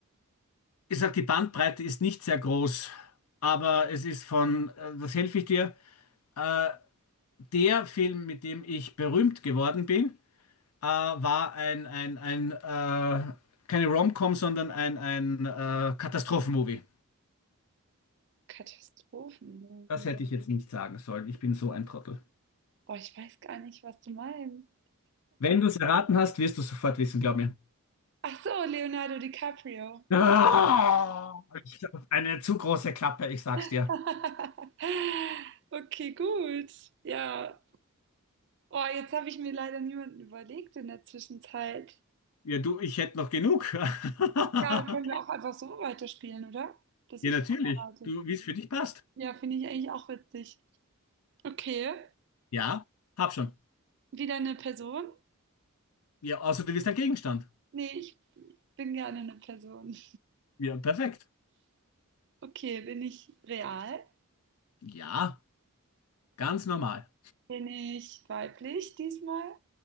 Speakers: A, on the left; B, on the right.
A: ich sag, die Bandbreite ist nicht sehr groß, aber es ist von, äh, was helfe ich dir? Äh, der Film, mit dem ich berühmt geworden bin, äh, war ein, ein, ein äh, keine Rom-Com, sondern ein, ein äh, Katastrophenmovie.
B: Katastrophenmovie.
A: Das hätte ich jetzt nicht sagen sollen. Ich bin so ein Trottel.
B: Boah, ich weiß gar nicht, was du meinst.
A: Wenn du es erraten hast, wirst du es sofort wissen, glaub mir.
B: Ach so, Leonardo DiCaprio.
A: Ah, ich hab eine zu große Klappe, ich sag's
B: <laughs>
A: dir.
B: Okay, gut. Ja, Oh, jetzt habe ich mir leider niemanden überlegt in der Zwischenzeit.
A: Ja, du, ich hätte noch genug. <laughs>
B: Ja, können wir auch einfach so weiterspielen, oder? Dass
A: Ja,
B: ich
A: natürlich.
B: vorbereite.
A: Du, wie es für dich passt.
B: Ja, finde ich eigentlich auch witzig. Okay,
A: Ja, hab schon.
B: wieder eine Person?
A: Ja, außer du bist ein Gegenstand.
B: Nee, ich bin gerne eine Person.
A: Ja, perfekt.
B: Okay, bin ich real?
A: Ja, ganz normal.
B: Bin ich weiblich diesmal?